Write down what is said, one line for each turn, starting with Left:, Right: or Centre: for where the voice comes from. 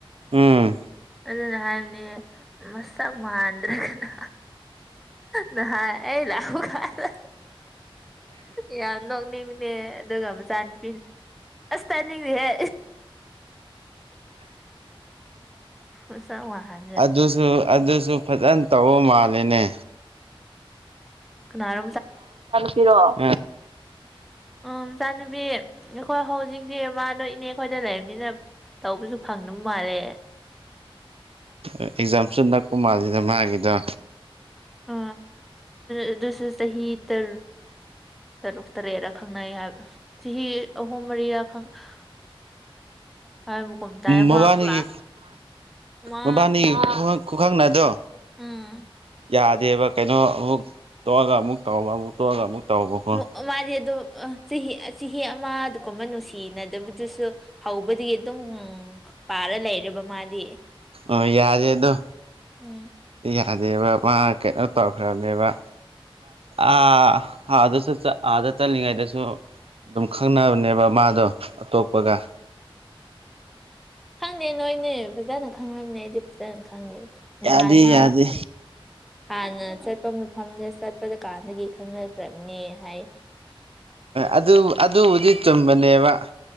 Right: ꯑꯥꯝ
Centre: ꯑꯗꯨꯅ ꯍꯥꯏꯕꯅꯤ ꯃꯁꯛ ꯃꯥꯟꯗ꯭ꯔꯒꯅ ꯅꯍꯥꯜ ꯑꯩ ꯂꯛꯄꯀꯥꯟꯗ ꯌꯥꯝ ꯅꯣꯛꯅꯤꯡꯅꯦ ꯑꯗꯨꯒ ꯃꯆꯥ ꯅꯨꯨꯄꯤꯅꯦ ꯑꯁ ꯇꯅꯤꯡꯗꯤꯍꯦ ꯎꯁ ꯋꯥ ꯍꯥ <inaudible>
Right: ꯑꯗꯨꯁꯨ ꯑꯗꯨꯁꯨ ꯐꯖꯅ ꯇꯧꯕ ꯃꯥꯂꯦꯅꯦ
Centre: ꯀꯅꯥꯔꯣ
Right: ꯇꯤꯔꯣ <inaudible>
Centre: ꯎ ꯏꯆꯥꯅꯕꯤ ꯑꯩꯈꯣꯏ ꯍꯧꯖꯤꯛꯤ ꯃꯥꯗꯣ ꯏꯅꯦ ꯑꯩꯈꯣꯏꯗ ꯂꯩꯝꯅꯤꯅ ꯇꯧꯕꯁꯨ ꯐꯪꯗꯕ ꯃꯥꯜꯂꯦ
Right: ꯑꯦꯛꯖꯥꯝꯁꯨ ꯅꯛꯄ ꯃꯥꯜꯂꯤꯗ ꯃꯥꯒꯤꯗꯣ
Centre: ꯑ ꯑꯗꯨꯁꯨ ꯆꯍꯤ ꯇ ꯇꯔꯨꯛ ꯇꯔꯦꯠꯔ ꯈꯪꯅꯩ ꯍꯥꯏꯕ ꯆꯍꯤ ꯑꯍꯨꯝ ꯃꯔꯤꯔ <inaudible> ꯇꯥꯏ
Right: ꯃꯕꯥꯅꯤꯒꯤ
Centre: ꯃꯥ ꯀ꯭ꯂꯥꯁ ꯃꯥ
Right: ꯃꯕꯥꯅꯤꯒꯤ ꯈꯨꯍꯪ ꯈꯨꯈꯪ ꯅꯗꯣ
Centre: ꯎꯝ
Right: ꯌꯥꯗꯦꯕ ꯀꯩꯅꯣ ꯑꯃꯨꯛ ꯇꯣꯛꯑꯒ ꯑꯃꯨꯛ ꯇꯧꯕ ꯑꯃꯨꯛ ꯇꯣꯛꯑꯒ ꯑꯃꯨꯛ ꯇꯧꯕꯀꯣ
Centre: ꯑꯣ ꯃꯥꯗꯤ ꯑꯗꯣ ꯆꯍꯤ ꯆꯍꯤ ꯑꯃꯗꯨꯀꯨꯝꯕ ꯅꯨꯡꯁꯤꯅꯗꯕꯗꯨꯁꯨ ꯍꯧꯕꯗꯤ ꯑꯗꯨꯝ ꯎ ꯄꯥꯔ ꯂꯩꯔꯦꯕ ꯃꯥꯗꯤ
Right: ꯑ ꯌꯥꯔꯦ ꯑꯗꯣ
Centre: ꯎꯝ
Right: ꯌꯥꯗꯦꯕ ꯃꯥ ꯀꯩꯅꯣ ꯇꯧꯈ꯭ꯔꯕꯅꯦꯕ ꯑ ꯑꯗꯁꯨ ꯑꯥꯗ ꯆꯠꯂꯤꯉꯩꯗꯁꯨ ꯑꯗꯨꯝ ꯈꯪꯅꯕꯅꯦꯕ ꯃꯥꯗꯣ ꯑꯇꯣꯞꯄꯒ
Centre: ꯈꯪꯗꯦ ꯅꯣꯏꯅꯦ ꯐꯖꯅ ꯈꯪꯉꯝꯅꯦ ꯑꯩꯗꯤ ꯐꯖꯅ ꯈꯪꯗꯦꯕ ꯅꯍꯟ
Right: ꯌꯥꯗꯦ
Centre: ꯃꯥ
Right: ꯌꯥꯗꯦ
Centre: ꯍꯥꯟꯅ ꯆꯠꯄ ꯃꯐꯝꯗ ꯆꯠꯄꯗ ꯀꯥꯟꯗꯒꯤ ꯈꯪꯅꯈ꯭ꯔꯕꯅꯦ ꯍꯥꯏ
Right: ꯑꯗꯨ ꯑꯗꯨꯕꯨꯗꯤ ꯆꯨꯝꯕꯅꯦꯕ